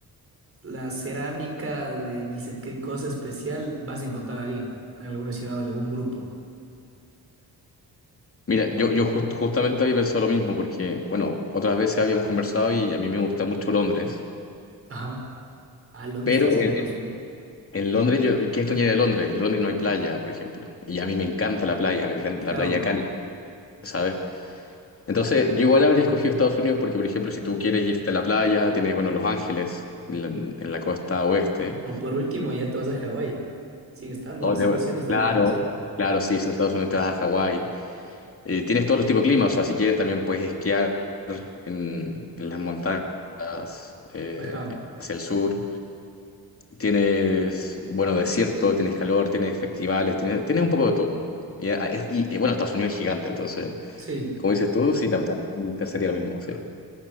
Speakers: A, on the right (about 35°); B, on the left (about 35°).
A: la cerámica de ni sé qué cosa especial, vas a encontrar a alguien en alguna ciudad, algún grupo.
B: mira, yo, yo jus- justamente había pensado lo mismo porque, bueno, otras veces habíamos conversado y a mí me gusta mucho Londres,
A: Ajá. Ah, Londres
B: pero
A: está en ser
B: en,
A: una buena opción.
B: en Londres, yo, ¿qué extrañaría de Londres? En Londres no hay playa, por ejemplo, y a mí me encanta la playa, me encanta
A: Claro.
B: la playa cálida, ¿sabes? Entonces, yo igual habría escogido Estados Unidos porque, por ejemplo, si tú quieres irte a la playa, tienes, bueno, Los Ángeles, en la, en la costa oeste.
A: O por último, ya te vas a Hawái. Sigue estando,
B: O
A: sigue
B: te-
A: siendo Estados
B: Claro.
A: Unidos.
B: Claro, sí, si en Estados Unidos te vas a Hawái. Eh, tienes todos los tipos de climas, o sea, si quieres también puedes esquiar en, en las montañas eh,
A: Ajá.
B: hacia el sur. Tienes, bueno, desierto, tienes calor, tienes festivales, tienes, tienes un poco de todo. Y, a- es- y, eh, bueno, Estados Unidos es gigante, entonces,
A: Sí,
B: como dices tú, sí, también te sería lo mismo, sí.